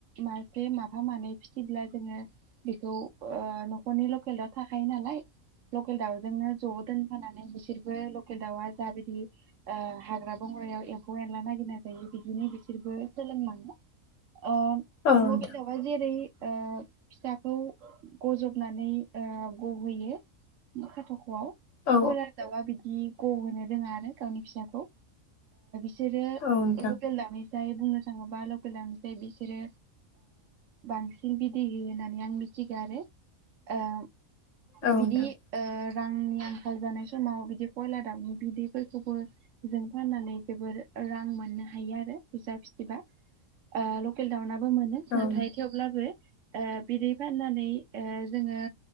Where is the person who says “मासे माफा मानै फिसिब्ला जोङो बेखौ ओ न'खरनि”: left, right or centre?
Right